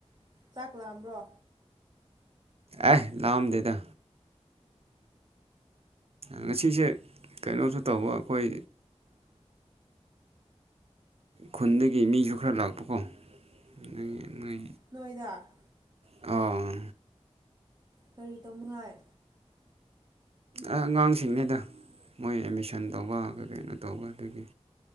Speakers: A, on the right (about 35°); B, on the right (about 60°).
A: ꯆꯥꯛ ꯂꯥꯛꯑꯝꯕ꯭ꯔꯣ
B: ꯑꯦꯍ ꯂꯝ ꯗꯦꯗꯣꯗꯤ ꯉꯁꯤꯁꯦ ꯀꯩꯅꯣꯁꯨ ꯇꯧꯕ ꯑꯩꯈꯣꯏ ꯈꯨꯟꯗꯒꯤ ꯃꯤꯁꯨ ꯈꯔ ꯂꯥꯛꯄꯀꯣ ꯑꯗꯒꯤ ꯃꯣꯏ
A: ꯅꯣꯏꯗ
B: ꯑ
A: ꯀꯔꯤ ꯇꯧꯅꯤꯉꯥꯏ
B: ꯑꯉꯥꯡꯁꯤꯡꯉꯩꯗ ꯃꯣꯏ ꯑꯦꯠꯃꯤꯁꯟ ꯇꯧꯕ ꯀ ꯀꯩꯅꯣ ꯇꯧꯕ ꯑꯗꯨꯒꯤ